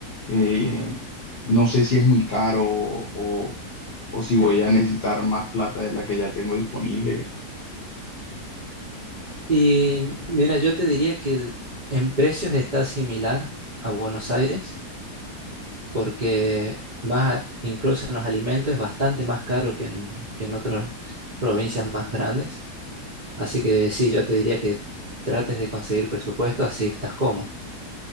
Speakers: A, on the left; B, on the right.
A: eh, no sé si es muy caro o, o si voy a necesitar más plata de la que ya tengo disponible.
B: Y mira, yo te diría que el- en precios está similar a Buenos Aires, porque más, a- incluso en los alimentos es bastante más caro que en, que en otras provincias más grandes. Así que sí, yo te diría que trates de conseguir presupuesto, así estás cómodo.